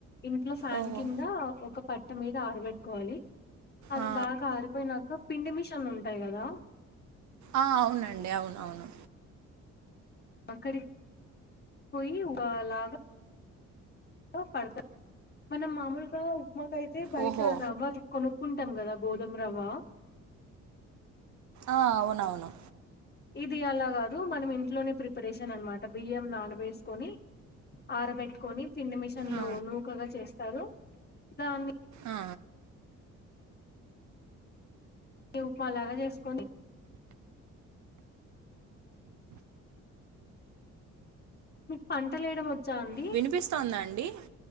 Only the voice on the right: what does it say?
ఓ
ఆ
ఆ అవునండి అవును అవును
ఓహో
ఆ అవునవును
ఆ
ఆ
వినిపిస్తోందా అండి